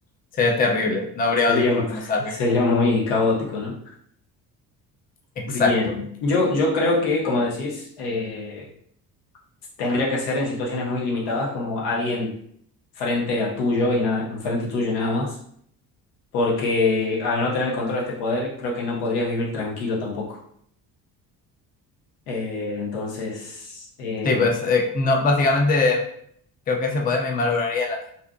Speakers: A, on the left; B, on the left.
A: sería terrible. No habría
B: Sería,
A: audífonos
B: un- <laughs>
A: que me salven.
B: sería muy caótico, ¿no?
A: Exacto.
B: Bien, yo, yo creo que, como decís, eh, tendría que ser en situaciones muy limitadas, como alguien frente a tuyo y nada, frente tuyo y nada más, porque al no tener el control de este poder, creo que no podrías vivir tranquilo tampoco. Eh, entonces, eh,
A: Sí, pues, eh, no, básicamente creo que ese poder me malograría la vida.